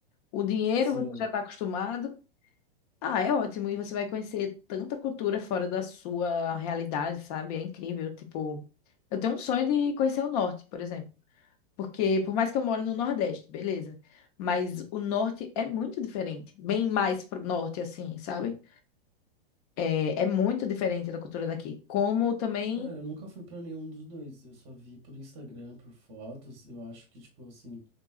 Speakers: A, on the left; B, on the right.
A: O dinheiro
B: Sim.
A: você já está acostumado. Ah, é ótimo. E você vai conhecer tanta cultura fora da sua realidade, sabe? É incrível. Tipo, eu tenho um sonho de conhecer o norte, por exemplo. Porque por mais que eu moro no Nordeste, beleza. Mas o norte é muito diferente. Bem mais pro norte, assim, sabe? É, é muito diferente da cultura daqui. Como também.
B: Cara, eu nunca fui pra nenhum dos dois. Eu só vi por Instagram, por fotos. Eu acho que, tipo assim,